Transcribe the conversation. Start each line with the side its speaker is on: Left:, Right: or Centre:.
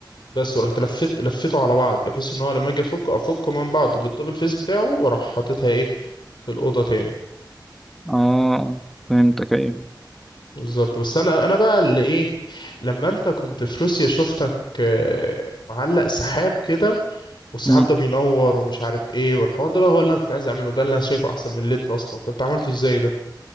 Left: بس ورحت لفيت لفيته على بعض بحيث ان هو لما اجي افكه افكه من بعضه بالدبل فيس بتاعه واروح حاططها ايه في الأوضة تاني
Centre: اه فهمتك أيوه
Left: بالظبط بس انا انا بقى اللي ايه لما انت كنت في روسيا شفتك آه، معلق سحاب كده والسحاب
Centre: مم.
Left: ده بينور ومش عارف ايه والحوار ده بقى هو اللي انا كنت عايز اعمله ده اللي انا شايفه احسن من الليد اصلا كنت عملته ازاي ده